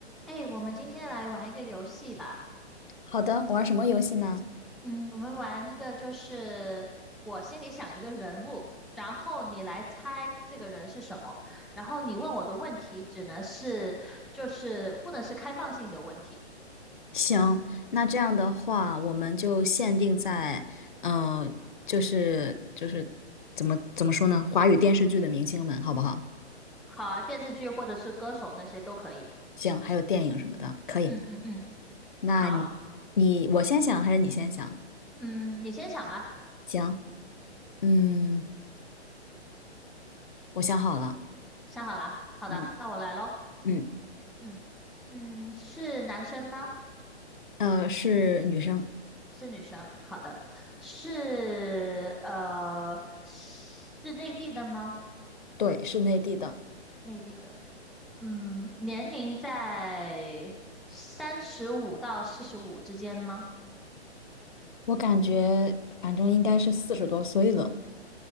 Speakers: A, in the centre; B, on the left.
A: 哎，我们今天来玩一个游戏吧。
B: 好的，玩什么游戏呢？
A: 嗯，我们玩一个就是我心里想一个人物，然后你来猜这个人是什么，然后你问我的问题只能是就是不能是开放性的问题。
B: 行，那这样的话，我们就限定在，嗯、呃就是就是怎么怎么说呢？华语电视剧的明星们，好不好？
A: 好啊，电视剧或者是歌手那些都可以。
B: 行，还有电影什么的，可以。
A: 嗯嗯嗯，
B: 那你你我先想还是你先想？
A: 好，嗯，你先想吧，
B: 行，嗯，我想好了，
A: 想好了啊好的，
B: 嗯
A: 那我来咯。
B: 嗯，
A: 嗯嗯，是男生吗？
B: 呃，是女生，
A: 是女生，好的，是呃是内地的吗？
B: 对，是内地的，
A: 内地的，嗯，年龄在三十五到四十五之间吗？
B: 我感觉反正应该是四十多岁了，